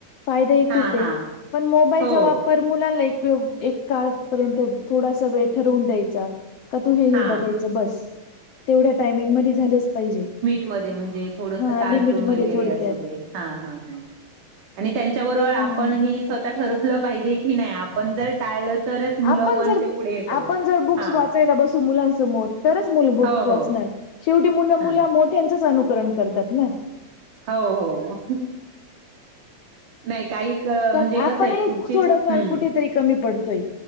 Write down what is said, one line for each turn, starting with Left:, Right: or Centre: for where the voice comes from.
Left: फायदाेही
Right: हा
Left: खूप आहे.
Right: हा
Left: पण. मोबाईलचा
Right: हो
Left: वापर मुलांना एक काळ पर्यंत थोडासा वेळ ठरवून द्यायचा का तू हे
Right: हा
Left: बघायच. बस. तेवढ्या टायमिंग मध्ये झालच पाहिजे.
Right: मध्ये म्हणजे थोडस
Left: हा
Right: कार्टून
Left: लिमिट
Right: वगरे
Left: मध्ये थोडक्यात
Right: असु दे हा- हा. आणि त्यांच्याबरोबर आपणही
Left: हम्म.
Right: स्वतः ठरवलं पाहिजे की नाही आपण जर टाळलं तरच मुलं
Left: आपण
Right: पण
Left: जर
Right: ते पुढे कर
Left: आपण जर बुक्स
Right: हा
Left: वाचा.. बसु मुलांसमोर तरच मूल भुक्को
Right: हो हो
Left: असणार शेवटी मु
Right: ह
Left: मुला मोठ्यांचंच अनुकरण करतात ना.
Right: हो -हो. नाही काही क
Left: त्यात
Right: म्हणजे
Left: आपणही
Right: कसं आहे पुढचे
Left: थोडंफार
Right: हम्म
Left: कुठेतरी कमी पडतोय.